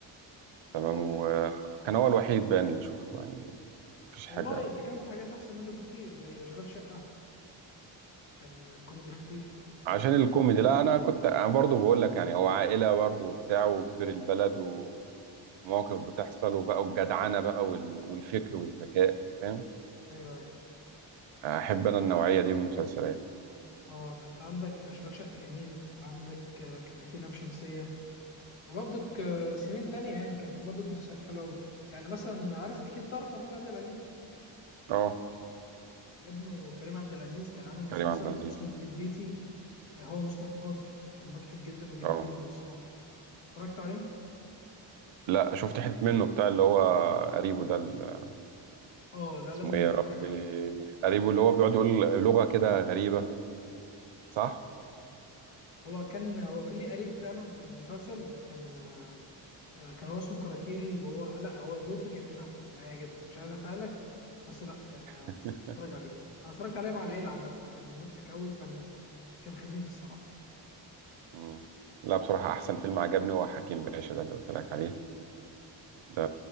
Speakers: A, on the right; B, on the left.
A: تمام
B: أه
A: وكان هو الوحيد بان اللي شفته يعني مفيش
B: والله
A: حاجة
B: ده كان في حاجات احسن منه بكتير زي اشغال شقه كان كوميدي خفيف ولطيف
A: عشان الكوميدي لا انا كنت أنا برضو بقول لك يعني هو عائله برضو وبتاع وكبير البلد و... ومواقف بتحصل وبقى الجدعنه بقى وال... والفكر والذكاء انت فاهم
B: ايوه ايوه
A: احب انا النوعيه
B: لا
A: دي من المسلسلات
B: اه لا انت عندك اشغال شقه جميل وعندك آه، كان في لام شمسيه وبرضك آه، سنين تانية يعني كان في برضك مسلسلات حلوه قوي يعني مثلا عارف اكيد تعرف محمود عبد العزيز
A: اه
B: ابنه كريم عبد العزيز كان عامل مسلسل
A: كريم عبد العزيز
B: اسمه البيت بيتي هو مصطفى خاطر كان مضحك جدا وجميل
A: اه
B: جدا الصراحه اتفرجت عليه
A: لا شفت حته منه بتاع اللي هو قريبه ده ال-
B: اه لا
A: اسمه
B: لازم
A: ايه يا
B: تتفرج
A: ربي
B: عليه
A: قريبه اللي هو بيقعد يقول لغه كده غريبه صح
B: هو كان هو في ليه قريب فعلا في المسلسل كان آه، كان هو اسمه كراكيري وهو لا هو دويتو جميل عامه هيعجبك مش عايز احرق لك بس لا آه،
A: <laughs>
B: اتفرج عليه انا اتفرجت عليه مع العيله عامه كان مضحك قوي وكان كان خفيف الصراحه
A: مم. لا بصراحه احسن فيلم عجبني هو حكيم باشا ده اللي قلت لك عليه ده